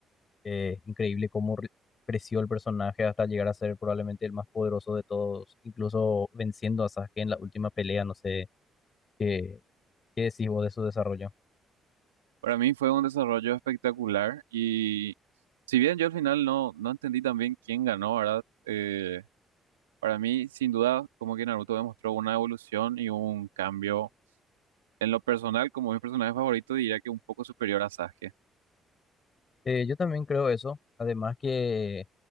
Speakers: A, on the left; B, on the right.
A: eh, increíble cómo re- creció el personaje hasta llegar a ser probablemente el más poderoso de todos, incluso venciendo a Sasuke en la última pelea. No sé qué, qué decís vos de su desarrollo.
B: Para mí fue un desarrollo espectacular y si bien yo al final no, no entendí también quién ganó, ¿verdad? Eh, Para mí, sin duda, como que Naruto demostró una evolución y un cambio en lo personal, como mi personaje favorito, diría que un poco superior a Sasuke.
A: Eh, yo también creo eso. Además que